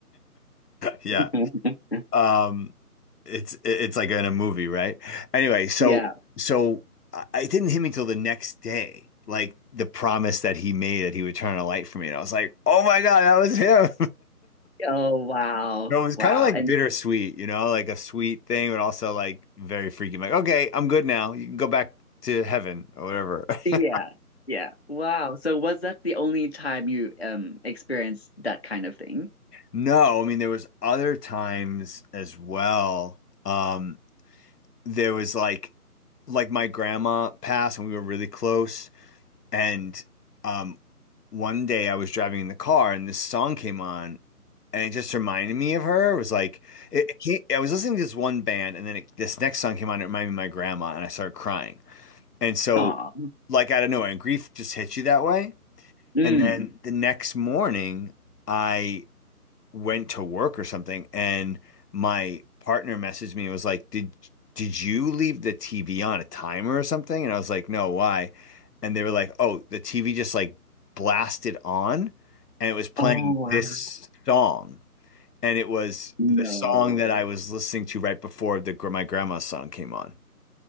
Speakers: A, on the left (about 80°); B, on the left (about 45°).
A: Yeah.
B: <laughs>
A: Um it's it's like in a movie, right? Anyway, so
B: Yeah.
A: so I it didn't hit me till the next day, like the promise that he made that he would turn on a light for me. And I was like, oh my God, that was him.
B: Oh wow.
A: No, it was
B: Wow.
A: kind of like
B: And
A: bittersweet, you know, like a sweet thing, but also like very freaky. Like, okay, I'm good now. You can go back to heaven or whatever.
B: yeah.
A: <laughs>
B: Yeah. Wow. So was that the only time you um experienced that kind of thing?
A: No, I mean there was other times as well. Um, there was like like my grandma passed and we were really close. And um, one day I was driving in the car and this song came on and it just reminded me of her. It was like it, it came, I was listening to this one band and then it, this next song came on. It reminded me of my grandma and I started crying. And so
B: Aw.
A: like out of nowhere, and grief just hits you that way.
B: Mm.
A: And then the next morning, I went to work or something, and my partner messaged me and was like, "Did did you leave the TV on a timer or something?" And I was like, "No, why?" And they were like, "Oh, the TV just like blasted on, and it was playing
B: Oh, wow.
A: this song, and it was
B: No.
A: the song that I was listening to right before the my grandma's song came on."